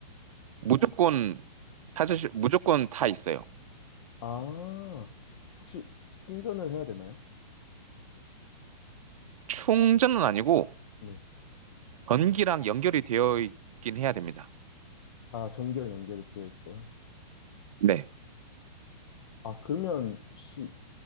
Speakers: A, on the right; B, on the left.
A: 무조건 찾으실, 무조건 다 있어요.
B: 아, 혹시 충전을 해야 되나요?
A: 충전은 아니고
B: 네.
A: 전기랑 연결이 되어 있긴 해야 됩니다.
B: 아, 전기랑 연결이 되어 있어요.
A: 네,
B: 아, 그러면 혹시